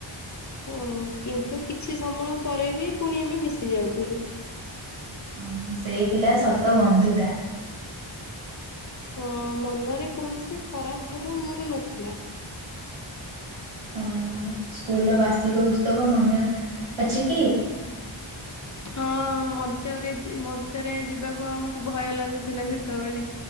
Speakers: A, on the left (about 40°); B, on the right (about 70°).
A: ହୁଁ କିନ୍ତୁ କିଛି ସମୟ ପରେ ବି ଫୁଣି ଆମେ ମିଶି ଯାଉଥିଲୁ।
B: ହଁ ସେଇ ଥିଲା ସତ ବନ୍ଧୁତା।
A: ହଁ ମନରେ କୌଣସି ଖରାପ ଭାବ ଆମର ନଥିଲା।
B: ହଁ ସ୍କୁଲର ବାର୍ଷିକ ଉସ୍ତବ ମନେ ଅଛି କି?
A: ହଁ ମଞ୍ଚରେ ଯି ମଞ୍ଚରେ ଯିବାକୁ ଆମକୁ ଭୟ ଲାଗୁଥିଲା ସେତେବେଳେ।